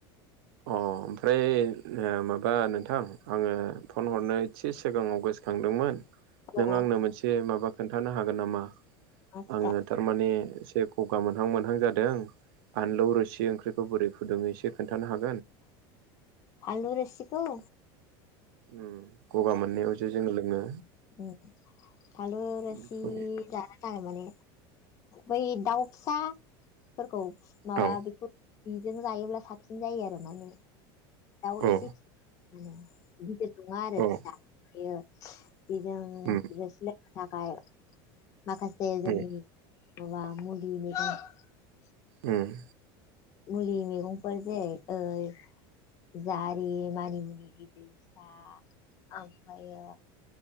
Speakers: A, on the right; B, on the left.
A: अ ओमफ्राय ओ-माबा नोंथां आङो फन हरनो एसे सिगाङाव गोसो खांदोंमोन।
B: अ
A: नों आंनो मोनसे माबा खोन्थानो हागोन नामा
B: मा खोथा
A: आङो थारमाने। एसे गगा मोनहां मोनहां जादों बानलौ रोसि ओंख्रिखौ बोरै फुदुंडो एसे खोन्थानो हाग
B: फानलु रोसिखौ?
A: उम गगा मोननायाव जे जों लोङो।
B: उ फानलु रोसि
A: बेखौ
B: जानो थाखाय माने। बै दाउ फिसाफोरखौ माबा
A: औ
B: बेखौ। बिजों जायोब्ला साबसिन जायो आरो माने। दाउ
A: औ
B: एसे माने गिदिर नङा आरो
A: औ
B: फिसा बेयो। बेजों
A: उम
B: रोसि लोंनो थाखाय माखासे जोंनि।
A: उम
B: माबा मुुलिनि <unintelligible>
A: उम।
B: मुलि मैगंफोर जाय ओ- जारि मानिमुनि गिदिर फिसा आमफ्रायो।